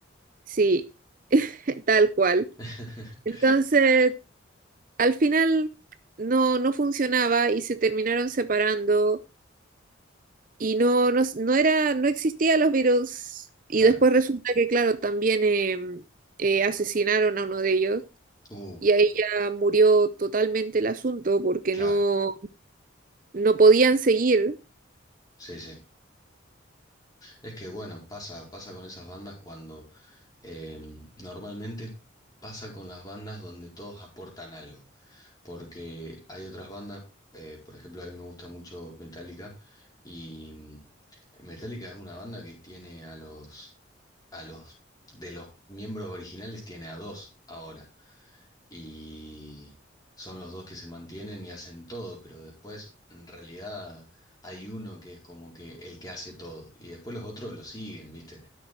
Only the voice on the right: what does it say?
sí, <laughs> tal cual.
Entonces al final no, no funcionaba y se terminaron separando y no, no, no era, no existía los virus. Y
después resulta que, claro, también eh, eh, asesinaron a uno de ellos
y ahí ya murió totalmente el asunto porque
no, no podían seguir.